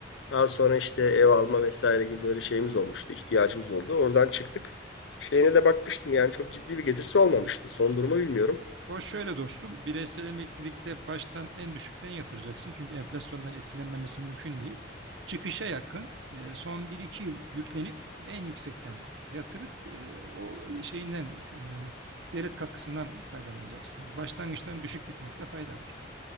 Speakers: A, on the left; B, on the right.
A: Daha sonra işte ev alma vesaire gibi böyle şeyimiz olmuştu, ihtiyacımız oldu. Oradan çıktık. Şeyine de bakmıştım yani çok ciddi bir getirisi olmamıştı. Son durumu bilmiyorum.
B: O şöyle dostum, bireysel emeklilikte baştan en düşükten yatıracaksın. Çünkü enflasyondan etkilenmemesi mümkün değil. Çıkışa yakın e, son bir iki yıl yüklenip en yüksekten yatırıp e, o şeyinden e, devlet katkısından faydalanacaksın. Başlangıçtan düşük gitmekte fayda var.